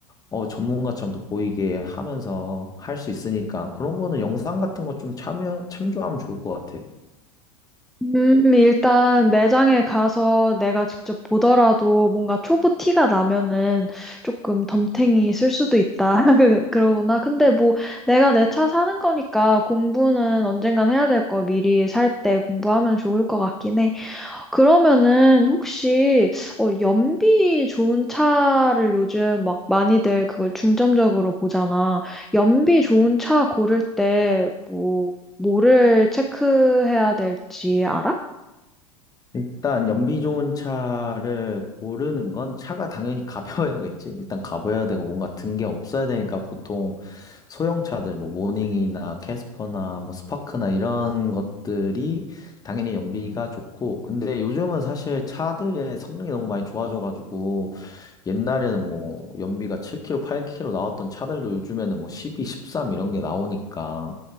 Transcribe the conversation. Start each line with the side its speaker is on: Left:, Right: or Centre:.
Left: 어, 전문가처럼 또 보이게 하면서 할 수 있으니까 그런 거는 영상 같은 거 좀 참여, 참조하면 좋을 것 같아.
Centre: 음, 일단 매장에 가서 내가 직접 보더라도 뭔가 초보 티가 나면은 조금 덤탱이 쓸 수도 있다. <laughs> 그러구나. 근데 뭐 내가 내 차 사는 거니까 공부는 언젠간 해야 될 거 미리 살 때 공부하면 좋을 것 같긴 해. 그러면은 혹시 어, 연비 좋은 차를 요즘 막 많이들 그걸 중점적으로 보잖아. 연비 좋은 차 고를 때 뭐 뭐를 체크해야 될지 알아?
Left: 일단 연비 좋은 차를 고르는 건 차가 당연히 가벼워야겠지. 일단 가벼워야 되고 뭔가 든 게 없어야 되니까 보통 소형 차들 뭐 모닝이나 캐스퍼나 뭐 스파크나 이런 것들이 당연히 연비가 좋고 근데 요즘은 사실 차들의 성능이 너무 많이 좋아져가지고 옛날에는 뭐 연비가 7km, 8km 나왔던 차들도 요즘에는 뭐 12, 13 이런 게 나오니까